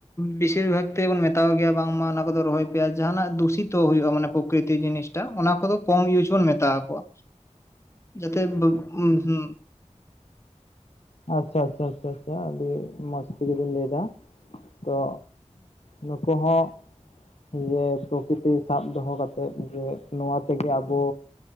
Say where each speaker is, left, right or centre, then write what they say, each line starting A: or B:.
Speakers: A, on the left; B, on the left.
A: ᱵᱮᱥᱤᱨ ᱵᱷᱟᱜᱽ ᱛᱮᱵᱚᱱ ᱢᱮᱛ ᱛᱟᱳ ᱜᱮᱭᱟ ᱵᱟᱝᱢᱟ ᱚᱱᱟ ᱠᱚᱫᱚ ᱨᱚᱦᱚᱭ ᱯᱮᱭᱟ ᱟᱨ ᱡᱟᱦᱟᱱᱟᱜ ᱫᱩᱥᱤᱛᱚ ᱦᱩᱭᱩᱜᱼᱟ ᱢᱟᱱᱮ ᱯᱚ <inaudible> ᱠᱤᱛᱤ ᱡᱤᱱᱤᱥᱴᱟᱜ ᱚᱱᱟ ᱠᱚᱫᱚ ᱠᱚᱢ ᱤᱭᱩᱡ ᱵᱚᱱ ᱢᱮᱛᱟ ᱟᱠᱚᱣᱟ ᱡᱟᱛᱮ <unintelligible>
B: ᱟᱪᱪᱷᱟ ᱟᱪᱪᱷᱟ ᱟᱹᱰᱤ ᱢᱚᱡ ᱛᱮᱜᱮᱵᱤᱱ ᱞᱟᱹᱭ ᱫᱟ ᱛᱚ ᱱᱩᱠᱩ ᱦᱚᱸ ᱡᱮ ᱯᱨᱚᱠᱤᱛᱤ ᱥᱟᱵ ᱫᱚᱦᱚ ᱠᱟᱛᱮᱫ ᱡᱮ ᱱᱚᱣᱟ ᱛᱮᱜᱮ ᱟᱵᱚ